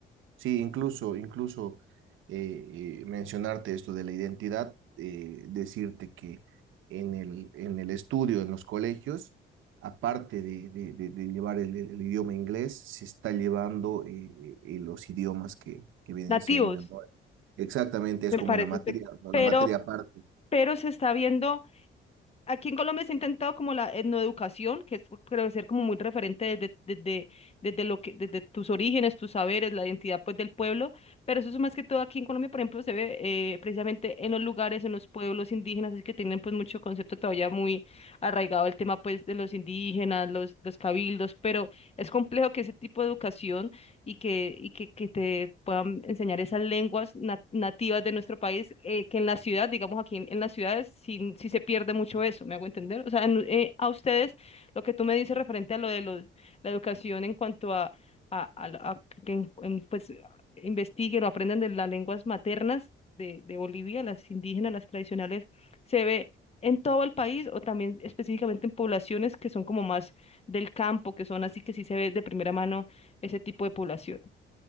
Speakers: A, on the right; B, on the left.
A: Sí, incluso, incluso eh, eh, mencionarte esto de la identidad, eh, decirte que en el, en el estudio, en los colegios, aparte de, de- de- de llevar el, el- el idioma inglés, se está llevando eh, eh, eh, los idiomas que, que vienen
B: Nativos,
A: siendo, ¿no? Exactamente,
B: me
A: es como
B: parece,
A: una materia,
B: espect-
A: ¿no?
B: pero,
A: una materia aparte.
B: pero se está viendo Aquí en Colombia se ha intentado como la etnoeducación, que es, pues, creo ser como muy referente desde, desde, desde lo que, desde tus orígenes, tus saberes, la identidad pues del pueblo, pero eso es más que todo aquí en Colombia, por ejemplo, se ve eh, precisamente en los lugares, en los pueblos indígenas, es que tienen pues mucho concepto todavía muy arraigado el tema pues de los indígenas, los, los cabildos, pero es complejo que ese tipo de educación y que, y que, que te puedan enseñar esas lenguas na- nativas de nuestro país, eh, que en la ciudad, digamos aquí en, en las ciudades, sí, sí se pierde mucho eso, ¿me hago entender? O sea, en- eh, a ustedes, lo que tú me dices referente a lo de los, la educación en cuanto a, a, a la- a que en- en, pues, investiguen o aprendan de las lenguas maternas de, de Bolivia, las indígenas, las tradicionales, se ve en todo el país o también específicamente en poblaciones que son como más del campo, que son así que sí se ve de primera mano ese tipo de población.